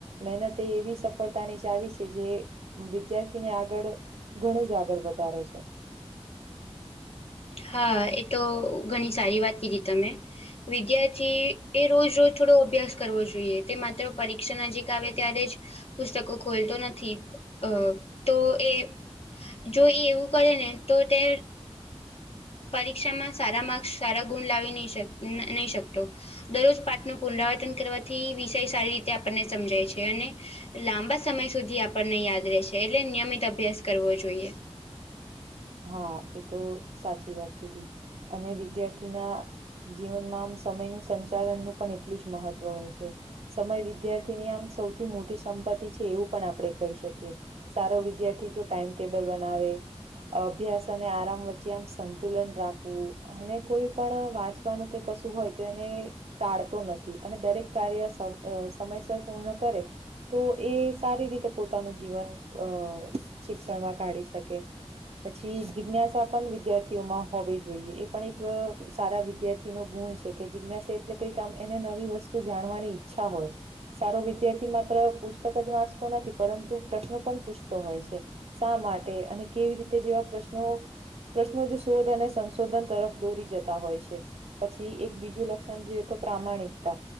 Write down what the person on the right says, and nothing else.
મહેનતતે એવી. સફળતાની ચાવી છે જે વિદ્યાર્થી ને આગળ ઘણું જ આગળ વધારે છે.
હા એ તો સાચી વાત કીધી અને વિદ્યાર્થીના જીવનમાં આમ સમયનું સંચાલનનું પણ એટલું જ મહત્વ હોય છે. સમય વિદ્યાર્થીની આમ સૌથી મોટી સંપત્તિ છે એવું પણ આપણે કહી શકીએ. સારો વિદ્યાર્થી જો ટાઈમટેબલ બનાવે અભ્યાસ અને આરામ વચ્ચે આમ સંતુલન રાખવું. અને કોઈ પણ વાંચવાનું કે કશું હોય તો એને ટાળતું નથી અને દરેક કાર્ય સમ સમયસર પૂર્ણ કરે. તો એ સારી રીતે પોતાનું જીવન અ શિક્ષણમાં કાઢી શકે. પછી જિજ્ઞાસા પણ વિદ્યાર્થીઓમાં હોવી જોઈએ એ પણ એક અ સારા વિદ્યાર્થી નો ગુણ છે કે જિજ્ઞાસ એટલે કઈક આમ એને નવી વસ્તુ જાણવાની ઈચ્છા હોય સારો વિદ્યાર્થી માત્ર પુસ્તક જ વાંચતો નથી પરંતુ પ્રશ્નો પણ પૂછતો હોય છે. શા માટે અને કેવી રીતે જેવા પ્રશ્નો પ્રશ્નો જ શોધ અને સંશોધન તરફ દોરી જતા હોય છે. પછી એક બીજું લક્ષણ જોઈએ તો પ્રામાણિકતા